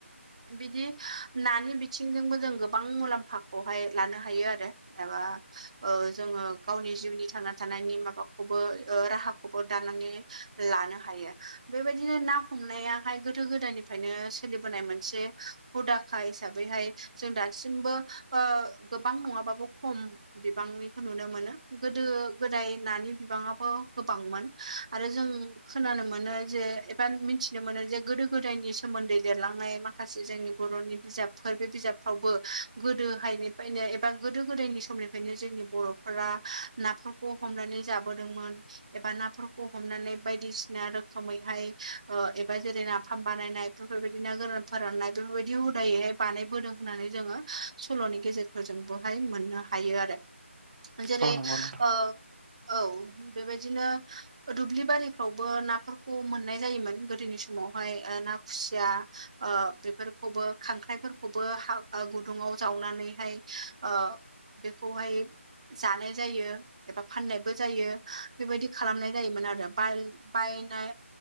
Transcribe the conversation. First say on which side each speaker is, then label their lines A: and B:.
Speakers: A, on the right; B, on the right.
A: बिदि नानि बिथिंजोंबो जों गोबां मुलाम्फाखौहाय लानो हायो आरो एबा ओ जोङो गावनि जिउनि थांना थानायनि माबाखौबो राहाखौबो दानानै लानो हायो बेबायदिनो ना हमनायाहाय गोदो गोदायनिफ्रायनो सोलिबोनाय मोनसे हुदाखा हिसाबैहाय जों दासिमबो ओ गोबां नङाबाबो खम बिबांनिखौ नुनो मोनो गोदो गोदाय नानि बिबाङाबो गोबांमोन आरो जों खोनानो मोनो जे एबा मिथिनो मोनो जे गोदो गोदायनि सोमोन्दै लिरलांनाय माखा माखासे जोंनि बर'नि बिजाबफोर बे बिजाबफ्रावबो गोदो हायनि फायनो एबा गोदो गोदायनि समनिफ्रायनो जोंनि बर' फोर नाफोरखौ हमनानै जाबोदोंमोन एबा नाफोरखौ हमनानै बायदिसिना रोखोमैहाय ओ एबा जेरै नाफाम बानायनाय बेफोरबायदि ना गोरान फोराननाय बेफोरबायदि हुदायैहाय बानायबोदों होननानै जोङो सल'नि गेजेरफोरजों बोहाय मोननो हायो आरो जेरै
B: औ नंगौ नोंथां
A: ओ औ बेबायदिनो दुब्लि बारि फ्रावबो नाफोरखौ मोननाय जायोमोन गोदोनि समावहाय ओ ना खुसिया ओ बेफोरखौबो खांख्राइफोरखौबो हा गुदुङाव जावनानैहाय ओ बेखौहाय जानाय जायो एबा फाननायबो जायो बेबायदि खालामनाय जायोमोन आरो बाल बायनाय